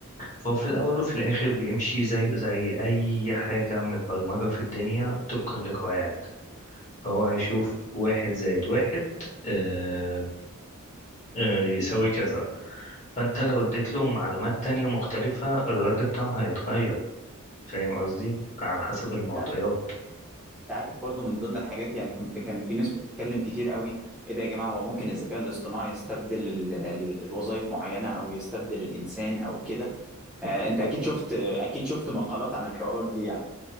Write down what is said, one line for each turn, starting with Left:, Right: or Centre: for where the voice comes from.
Left: فهو في الاول وفي الاخر بيمشي زيه زي اي حاجه متبرمجه في الدنيا طبقا لقواعد فهو هيشوف واحد زائد واحد آه، آه، يساوي كذا فانت لو اديت له معلومات تانية مختلفة الرد بتاعه هيتغير فاهم قصدي على حسب المعطيات
Centre: تعرف تعرف برضو من ضمن الحاجات يعني كنت كان في ناس بتتكلم كتير قوي ايه ده يا جماعه هو ممكن الذكاء الاصطناعي يستبدل الوظائف معينه او يستبدل الانسان او كده آه، انت اكيد شفت اكيد شفت مقالات عن الحوارات دي يعني